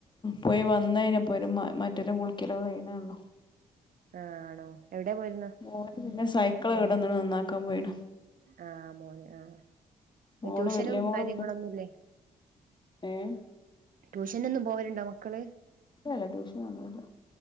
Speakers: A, on the left; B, on the right.
A: പോയി വന്നൈഞ്ഞപ്പോരു മ മറ്റോരെ കുളിക്കലൊക്കെ കയ്ണേള്ളൂ
B: ആഹ് ആണോ എവ്ടേ പോയിര്ന്ന്
A: മോൻ പിന്നെ സൈക്കിൾ കേടന്നിണ് നന്നാക്കാൻ പോയ്ണ്
B: ആഹ് മോൻ ആഹ്
A: മോള്
B: ട്യൂഷനും
A: വല്യ മോള്
B: കാര്യങ്ങളൊന്നുല്ലേ
A: ഏഹ്
B: ട്യൂഷനൊന്നും പോവലുണ്ടോ മക്കള്
A: ഇല്ലല്ല ട്യൂഷൻ ഒന്നുല്ല